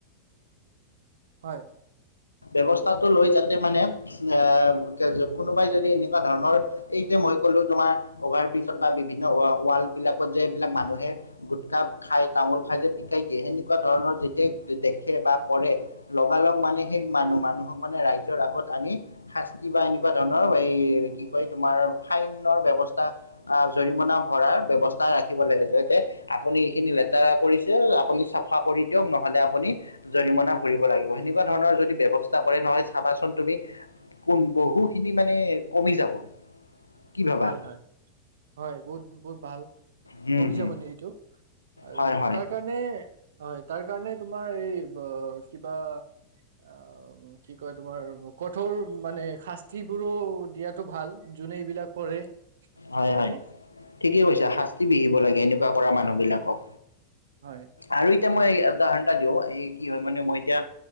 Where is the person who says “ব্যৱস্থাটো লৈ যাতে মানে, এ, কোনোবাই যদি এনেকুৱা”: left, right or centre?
Left